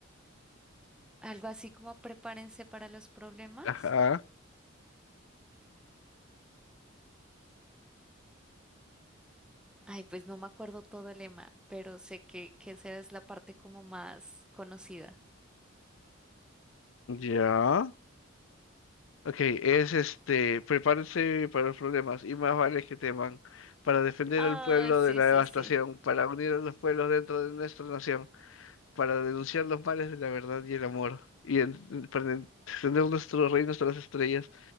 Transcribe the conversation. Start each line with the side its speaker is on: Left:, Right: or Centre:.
Centre: Algo así como prepárense para los problemas.
Left: Ajá,
Centre: Ay, pues no me acuerdo todo el lema, pero sé que, que esa es la parte como más conocida.
Left: ya. Ok, es este, prepárense para los problemas y más vale que teman para defender
Centre: Ah,
Left: al pueblo
Centre: sí,
Left: de la
Centre: sí,
Left: devastación,
Centre: sí.
Left: para unir a los pueblos dentro de nuestra nación, para denunciar los males de la verdad y el amor y en- para extender nuestro reino hasta las estrellas.